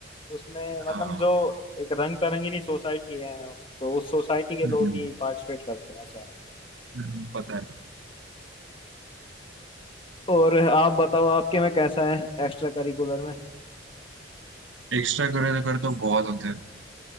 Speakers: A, on the left; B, on the right.
A: उसमें मतलब
B: हाँ
A: जो एक रंग तरंगिणी सोसाइटी है तो उस सोसाइटी के
B: हम्म,
A: लोग ही पार्टिसिपेट करते हैं ऐसा है।
B: हम्म, पता है
A: और आप बताओ आपके में कैसा है एक्स्ट्रा करिकुलर में
B: एक्स्ट्रा करिकुलर तो बहुत होते हैं